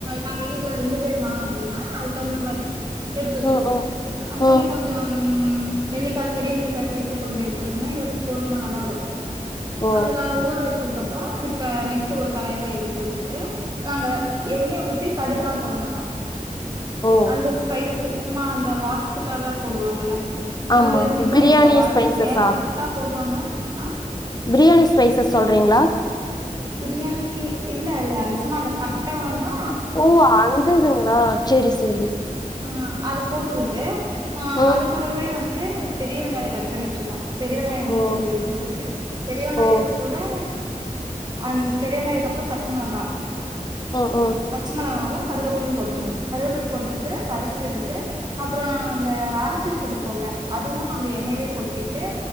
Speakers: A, on the right (about 30°); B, on the left (about 30°).
A: நாங்க வீட்டுல ரெண்டு பேர் தான் அப்படின்னா அது தகுந்த மாதிரி எடுத்து வச்சுப்போம்
B: ம், ம்.
A: அ
B: ம்.
A: புளி கொஞ்சம் உம் நெல்லிக்காய் பெரிய நெல்லிக்காய் சைஸ்ல கொஞ்சம் எடுத்துச்சோம்னா எங்களுக்கு போதுமானதான் இருக்கும்
B: ஓ
A: அது நான் ஊற வச்சு அதுக்கபுறம் இப்ப நெக்ஸ்ட் ஒரு கடாயில எடுத்து வச்சுட்டு நாங்க எண்ணெயை ஊத்தி கடுகுல்லாம் போட மாட்டோம்
B: ஓ
A: அந்த ஸ்பைசஸ் சும்மா அந்த வாசத்துக்காக போடுவாங்கல
B: ஆமா
A: அந்த இது மட்டும்
B: பிரியாணி
A: எப்பவாவது
B: ஸ்பைசஸா
A: தேவைப்பட்டா போடுவாங்க ஆஹ்
B: பிரியாணி ஸ்பைசஸ் சொல்றீங்களா
A: பிரியாணி இல்ல இல்ல அது சும்மா அந்த பட்ட ம
B: ஓ அந்ததுங்கங்களா செரி செரி செரி
A: ஆ அத போட்டுக்கிட்டு ஆஹ்
B: ம்
A: அது கூடவே வந்து பெரிய வெங்காயம் கட்பன்னி வச்சுப்போம் பெரியவெங்காயம் உள்ளத்
B: ஓ
A: தள்ளிரனும் ஃபர்ஸ்ட்டு பெரியவங்காயத்தை
B: ஓ
A: போட்டு அ பெரியவெங்காயத்துக்கு அதுக்கப்புறம் பச்சை மிளகா
B: ம் ம்
A: பச்ச மொளகாவும் கருவேப்பில்லை போட்டுறணும் கருவேப்பில்ல போட்டுட்டு விட்டு வதக்கி விட்டுட்டு அப்புறம் அந்த அரைச்ச வச்சிருப்போம்ல்ல அதுவும் அந்த எண்ணெயிலயே கொட்டிட்டு